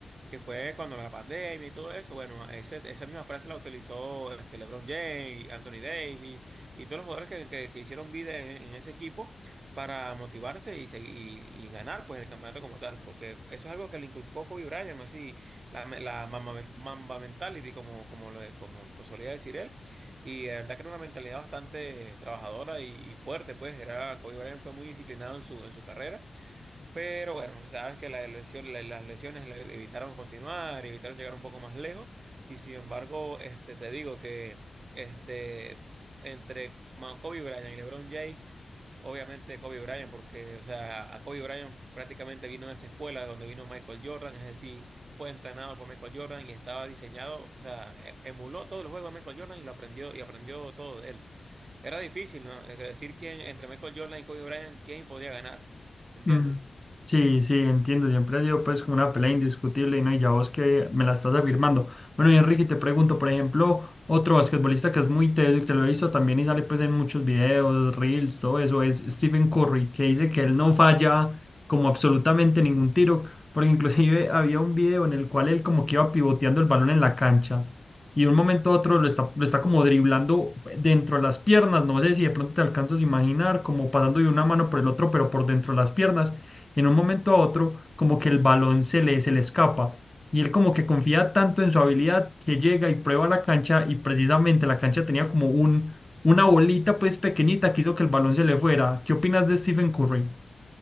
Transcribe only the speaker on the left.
Mm, Sí, sí, entiendo. Siempre ha sido pues como una pelea indiscutible y no, y ya vos que me la estás afirmando. Bueno, y Enrique, te pregunto, por ejemplo, otro basquetbolista que es muy teso y que lo he visto también y sale pues en muchos videos, reels, todo eso, es Stephen Curry, que dice que él no falla como absolutamente ningún tiro, porque inclusive había un video en el cual él como que iba pivoteando el balón en la cancha y de un momento a otro lo está, lo está como driblando dentro de las piernas, no sé si de pronto te alcanzas a imaginar, como pasando de una mano por el otro, pero por dentro de las piernas, y en un momento a otro como que el balón se le, se le escapa, y él como que confía tanto en su habilidad que llega y prueba la cancha, y precisamente la cancha tenía como un, una bolita pues pequeñita que hizo que el balón se le fuera. ¿Qué opinas de Stephen Curry?